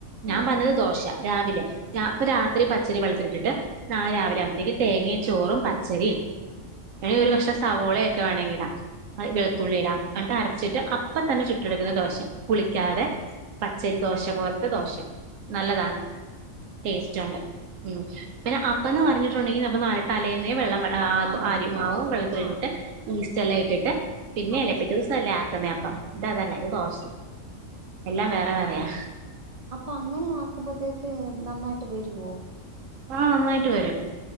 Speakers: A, on the right (about 75°); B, on the right (about 65°).
A: ഞാൻ
B: ഉം
A: പറഞ്ഞത് ദോശ രാവിലെ രാഇപ്പോ രാത്രി പത്ത് ച്ചരി വെള്ളത്തിലിട്ടിട്ട് നാളെ രാവിലെ ആകുമ്പോഴേക്കും തേങ്ങയും ചോറും പച്ചരി വേണെങ്കിൽ ഒരു കഷണംസവാളയൊക്കെ വേണെങ്കിൽ ഇടാം അതിൽ വെളുത്തുള്ളി ഇടാം എന്നിട്ട് അരച്ചിട്ട് അപ്പ അപ്പത്തന്നെ ചുട്ടെടുക്കുന്ന ദോശ പുളിക്കാത പച്ചരി ദോശ പോലത്തെ ദോശ നല്ലതാണ് ടേസ്റ്റ് ഉണ്ട് ഉംപിന്നെ അപ്പന്ന് പറഞ്ഞിട്ടുണ്ടെങ്കിൽ നമുക്ക് തലേന്ന് വെള്ള ആ
B: ആഹ്
A: അരിമാവ് വെള്ളത്തിലിട്ടിട്ട്
B: ആഹ്
A: ഈസ്റ്റ ഇതെല്ലാം ഇട്ടിട്ട് പിന്നെയല്ലേ
B: അതെ
A: പിറ്റെ ദിവസല്ല അ അതന്നപ്പം ഇതതല്ല ഇത് ദോശ എല്ലാം വേറെ വേറെയാ
B: അപ്പൊ അങ്ങനെ ആകുമ്പത്തേക്ക് നന്നായിട്ട് വരുവോ
A: ആ നന്നായിട്ട് വരും